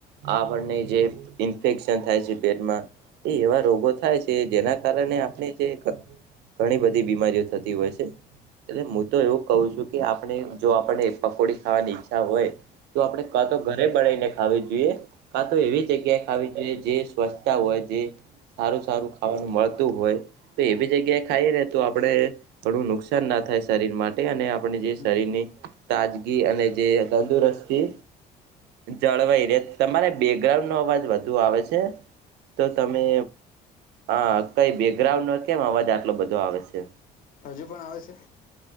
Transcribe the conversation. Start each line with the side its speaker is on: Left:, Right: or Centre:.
Right: આપણને જે ઇન્ફેક્શન થાય છે પેટમાં એ એવા રોગો થાય છે જેના કારણે આપણે જે ઘણી બધી બીમારીઓ થતી હોય છે. એટ હું તો એવું કહઉ છુ કે આપણે જો આપને પકોડી ખાવાની ઈચ્છા હોય. તો આપડે કા તો ઘરે બળીને ખાવી જોઈએ. કા તો એવી જગ્યાએ ખ આવી જોઈએ જે સ્વચ્છતા હોય તે સારું સારું ખાવાનું મળતું હોય. તો એવી જગ્યાએ ખાઈ રે તો આપણે ઘણું નુકસાન ના થાય શરીર મા આપણે જે
Left: હમ
Right: શરીરની
Left: હમ.
Right: તાજગી અને જે તંદુરસ્તી જળવાઈ રે તમારે બેકગ્રાઉન્ડ નો અવાજ વધુ આવે છે. તો તમે આ કઈ બેકગ્રાઉન્ડ નો કેમ અવાજ આટલો બધો આવે છે?
Left: હજુ પણ આવે છે?